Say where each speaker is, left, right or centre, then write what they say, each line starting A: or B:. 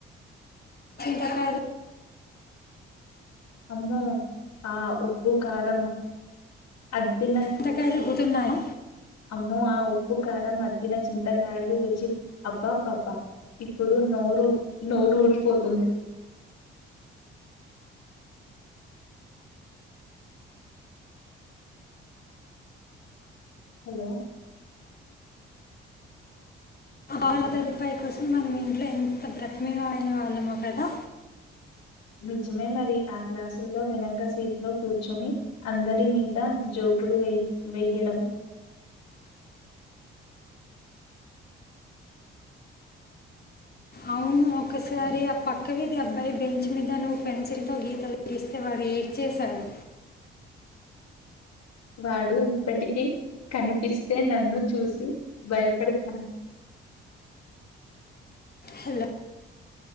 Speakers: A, on the left (about 30°); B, on the left (about 65°).
A: తకా
B: అమ్మో ఆ ఉప్పు కారం అ తిన్న
A: చింతకాయలు గుతున్నాయా
B: అమ్మ ఆ ఉప్పు కారం అ చింతకాయలు రుచి అబ్బా పబ్బా ఇప్పుడు నోరు నోరు ఊడిపోతుంది హలో
A: ఆలాత రూపాయి కోసం మనం ఇంట్లో ఎంత బ్రతమ అయే వాళ్ళమో కదా
B: నిజమే మరి ఆ క్లాసుల్లో వెనక సీట్ లో కూర్చొని అందరి మీద జో కులు వె వెయ్యడం
A: అవును ఒకసారి ఆ పక్కవిధి అబ్బాయి బెంచ్ మీద నువ్వు పెన్సిల్ తో గీత తగిస్తే వాడు పేడ్ చేశాడు
B: వాడు ఇప్పటికి కనిపిస్తే నన్ను చూసి భయపడతారు
A: హలో